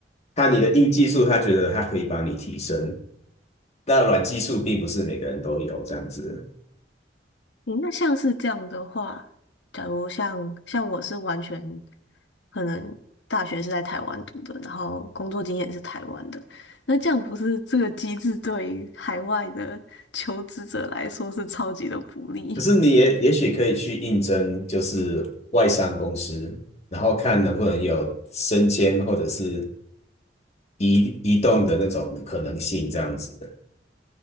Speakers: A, on the left; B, on the left.
A: 他你的硬技术，他觉得他可以帮你提升。那软技术并不是每个人都有这样子，
B: 你那像是这样的话，假如像像我是完全可能大学是在台湾读的，然后工作经验是台湾的，那这样不是这个机制对于海外的 <laughs> 求职者来说是超级的不利
A: 可是你也也许可以去应征，就是外商公司，然后看能不能有升迁或者是移移动的那种可能性，这样子。